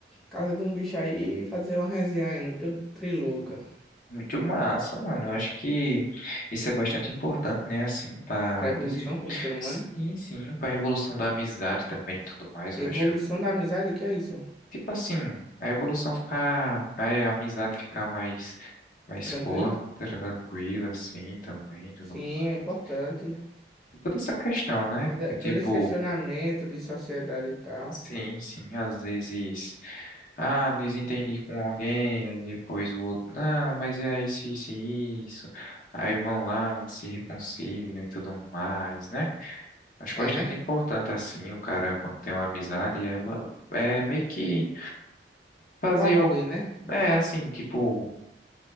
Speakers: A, in the centre; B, on the left.
A: casa de um bicho aí fazer uma resenha aí, muito trilouca.
B: muito massa, mano. Eu acho que isso é bastante importante, né? Assim, para
A: Pra evolução
B: desi-
A: como ser humano.
B: Sim, sim, pra evolução da amizade também e tudo mais.
A: Evolução
B: Eu acho
A: da amizade, o que é isso?
B: Tipo assim, a evolução ficar, né, a amizade ficar mais, mais
A: Tranquilo?
B: forte, tranquila, assim, também, tudo
A: Sim,
B: mais.
A: é importante.
B: E toda essa questão, né?
A: todo
B: É tipo,
A: todo esse questionamento de sociedade e tal.
B: sim, sim, às vezes, ah, desentendi com alguém, aí depois o outro, não, mas é isso, isso, e isso. Aí vão lá, se reconciliam e tudo mais, né? Acho
A: É,
B: bastante
A: né?
B: importante, assim, o cara, quando tem uma amizade, ela é meio que fazer
A: O amor
B: algo,
A: dele, né?
B: é, assim, tipo